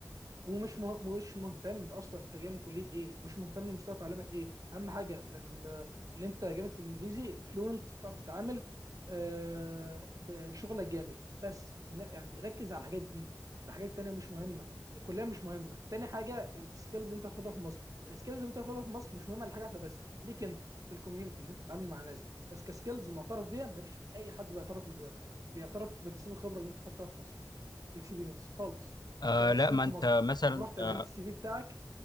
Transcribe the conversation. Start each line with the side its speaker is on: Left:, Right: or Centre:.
Right: ومش مه... مش مهتم اصلا انت جاي من كليه ايه مش مهتم مستوى تعليمك ايه اهم حاجه ال- اللي انت جامد في الانجليزي فلوينت بتعرف تتعامل آه... بشغلك جامد بس إن- يعني ركز على الحاجات دي الحاجات التانيه مش مهمه الكليه مش مهمه تاني حاجه السكيلز اللي انت هتاخدها في مصر السكيلز اللي انت هتاخدها في مصر مش مهمه لحاجه واحده بس ليك انت في الكوميونتي اللي انت تتعامل مع ناس بس كسكيلز معترف بيها ما فيش اي حد بيعترف بيعترف بالسن الخبره اللي انت خدتها في مصر الاكسبيرينس خالص يعني
Left: آه
Right: انت لو قعدت
Left: لا
Right: سنين
Left: ما
Right: في
Left: انت
Right: مصر
Left: مثلا
Right: ورحت قدمت
Left: آه
Right: السي في بتاعك